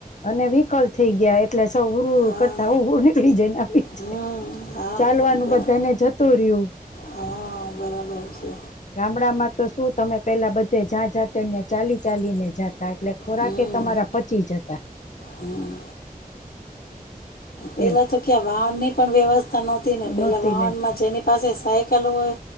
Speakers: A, on the left; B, on the left.
A: અને વિકલ થઈ ગયા એટલે સૌ <unintelligible>
B: હા
A: કરતા <unintelligible> નીકળી જાય
B: હમ
A: <unintelligible>
B: હા
A: ચાલવાનું
B: બરા
A: બધાને જતું રહ્યું.
B: હા બરાબર છે.
A: ગામડામાં તો શું તમે પેલા બધે જ્યાં જાતેં ચાલી ચાલીને જાતા- તા એટલે ખોરાક
B: હમ
A: એય તમારા પચી જતા.
B: હમ પેલા
A: એમ
B: તો ક્યા વાહનને પણ વ્યવસ્થ થા નહોતી ને પેલા
A: નહોતી
B: વાહન
A: ને
B: માં જેની પાસે સાયકલ હોય